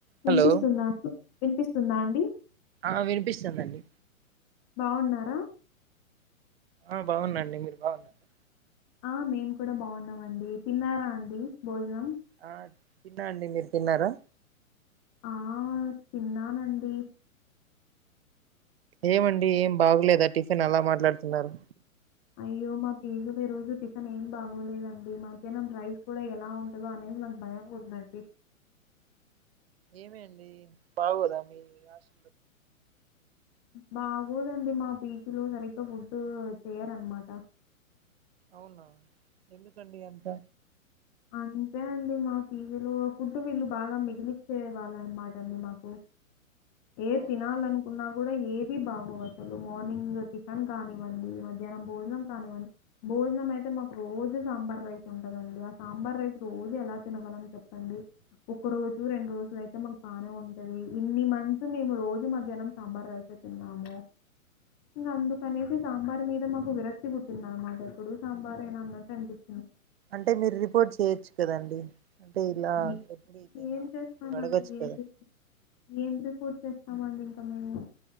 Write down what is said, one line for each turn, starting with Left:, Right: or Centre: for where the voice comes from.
Left: వినిపిస్తుందా
Right: Hello
Left: వినిపిస్తుందా అండి
Right: ఆ వినిపిస్తుందండి
Left: బాగున్నారా
Right: ఆ బాగుందండి మీరు బాగుండండి
Left: ఆ మేము కూడా బాగున్నాం అండి తిన్నారా అండి భోజనం
Right: ఆ తిన్నా అండి మీరు తిన్నారా
Left: ఆ తిన్నానండి
Right: ఏమండి ఏం బాగలేదా టిఫిన్ అలా మాట్లాడుతున్నారు
Left: అయ్యో మా పేజుల రోజు చికెన్ ఏం బాగోలేదండి మధ్యాహ్నం రైస్ కూడా ఎలా ఉంటుందో అనేది నాకు భయ ఉందండి
Right: ఏమేడి బాగోదా మీ హస్
Left: బాగోదండి మా పీచ్లో సరిగ్గా ఫుడ్డు చేయారన్నమాట
Right: అవునా ఎందు కడింత
Left: అంతే అండి మా ఫీజులో ఫుడ్ వీళ్ళు బాగా మిగిలిచ్చే వాళ్ళ అన్నమాట అండి మాకు ఏ
Right: అవునా
Left: తినాలనుకున్నా కూడా ఏ బాగో అసలు మార్నింగ్ టిఫెన్ కానివ్వండి మధ్యాహ్నం భోజనం కానివ్వండి భోజనం అయితే మాకు రోజు సాంబార్ రైస్ ఉంటదండి ఆ సాంబార్ రైస్ రోజు ఎలా తినగలని చెప్పండి ఒక రోజు రెండు రోజు అయితే మకు బాగానే ఉంటది ఇన్ని మంతస్ మేము రోజు మధ్యాహ్నం సాంబార్ రసే తిన్నాము ఇంకా అందుకనేసి సాంబార్ మీద మాకు విరక్తి కుట్టింది అనమాట ఎప్పుడు సాంబార్ ఏనా అన్నట్టు అ
Right: అంటే మీరు రిపోర్ట్ చేయొచ్చు కదండి అేలా
Left: ఈ-
Right: ఎప్పుడు ఇదే
Left: ఏం
Right: నా
Left: చేస్తామండి
Right: వడగా వచ్చకుద
Left: ఏం రిపో ఏం రిపోర్ట్ చేస్తామండి ఇంకా మేము